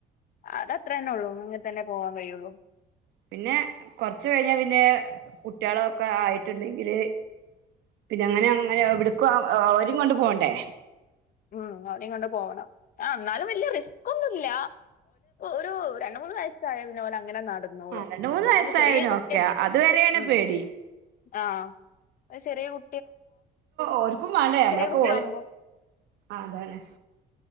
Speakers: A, on the left; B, on the right.
A: അത് അത്ര തന്നെ ഉള്ളൂ അങ്ങനെ തന്നെ പോവാൻ കഴിയുള്ളു
B: പിന്നെ കൊറച്ച് കഴിഞ്ഞാ പിന്നെ കുട്ടികളൊക്കെ ആയിട്ടുണ്ടെങ്കില് പിന്നെ അങ്ങനെ അങ്ങനെ എവിടക്കും അവരും കൊണ്ട് പോകണ്ടേ
A: ഉം അവനും കൊണ്ട് പോകണം എന്നാലും വലിയ റിസ്ക്ന്നു ല്ല ഒരു രണ്ട മൂ മൂന്നു വയസ്സായ പിന്നെ ഓലങ്ങനെ നടന്നോളും
B: ആ രണ്ട് മൂന്ന് വയസ്സായവന്
A: ചെറ്യേ കുട്ടിയെ
B: ഓക്കെയ അതുവരെയാണ്
A: മ്
B: പേടി
A: ആഹ് ചെര്യേ കു
B: ഓര്ക്കും വാണ്ടേ മ്മളെക്കെ
A: കുട്ടിയാവുമ്പോ
B: ഓല് അതന്നെ